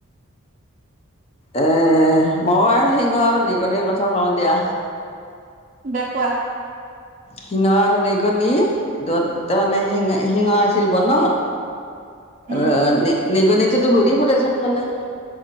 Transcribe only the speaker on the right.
দে কোৱা?
উম